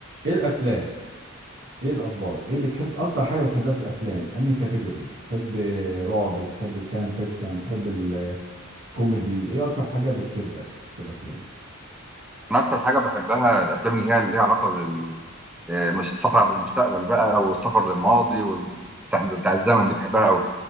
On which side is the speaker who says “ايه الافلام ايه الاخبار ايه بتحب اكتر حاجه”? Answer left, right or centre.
Right